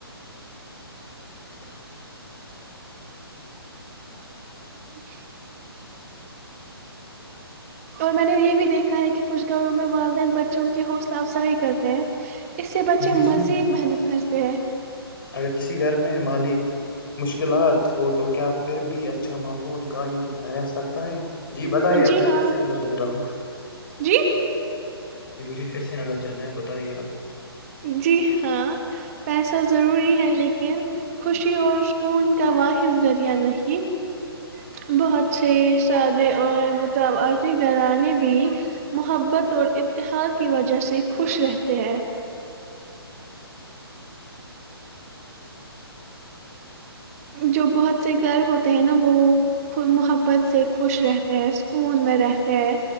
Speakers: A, on the left; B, on the right.
A: <unintelligible>
B: <unintelligible> اور میں نے یہ بھی دیکھا ہے کہ کچھ گھروں میں م بچوں کی حوصلہ افزائی کرتے ہیں اس سے بچے
A: جی
B: مزید
A: جی
B: محنت کرتے ہیں
A: اگر کسی گھر میں مالی مشکلات ہو تو کیا پھر بھی اچھا ماحول قائم میں رہ سکتا ہے جی بتائیے آپ
B: جی
A: میں
B: ہاں
A: پھر سے اندر ج رہا ہوں
B: جی
A: جی مجھے پھر سے اندر جانا ہے بتائیے آپ
B: جی ہاں پیسہ ضروری ہے لیکن خوشی اور سکون کا واحد ذریعہ نہیں بہت سے سادے اور متوات گھرانے بھی محبت اور اتحاد کی وجہ سے خوش رہتے ہیں جو بہت سے گھر ہوتے ہیں نا وہ محبت سے خوش رہتے ہیں سکون میں رہتے ہیں